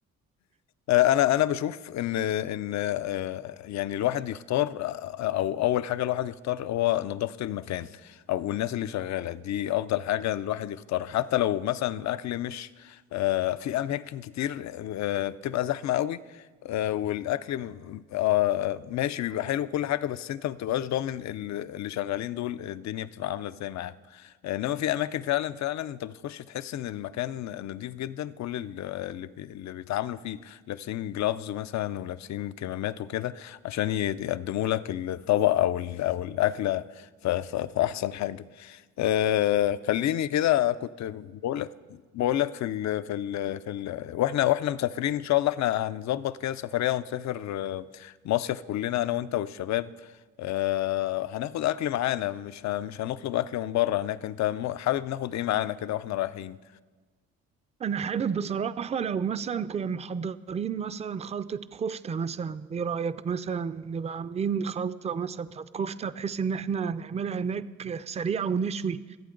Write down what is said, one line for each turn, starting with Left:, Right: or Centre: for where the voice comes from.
Left: آه، انا انا بشوف ان ان آه، يعني الواحد يختار آه، او اول حاجه الواحد يختار هو نظافه المكان او الناس اللي شغاله دي افضل حاجه الواحد يختارها حتى لو مثلا الاكل مش آه، في اماكن كتير آه، بتبقى زحمه قوي آه، والاكل م- آه، ماشي بيبقى حلو كل حاجه بس انت ما بتبقاش ضامن ال- اللي شغالين دول الدنيا بتبقى عامله ازاي معاهم آه، انما في اماكن فعلا فعلا انت بتخش تحس ان المكان نضيف جدا كل ال- اللي بي- اللي بيتعاملوا فيه لابسين جلافز مثلا ولابسين كمامات وكده عشان يقدموا لك الطبق او ال- او الاكله ف- ف- في احسن حاجه آه خليني كده كنت بقول لك بقول لك في ال في ال في ال واحنا واحنا مسافرين ان شاء الله احنا هنظبط كده سفريه ونسافر آه، مصيف كلنا انا وانت والشباب آه هناخد اكل معانا مش ه- مش هنطلب اكل من بره هناك انت م- حابب ناخد ايه معانا كده واحنا رايحين
Right: انا حابب بصراحه لو مثلا كنا محضرين مثلا خلطه كفته مثلا ايه رايك مثلا نبقى عاملين خلطه مثلا بتاعت كفته بحيث ان احنا نعملها هناك سريعه ونشوي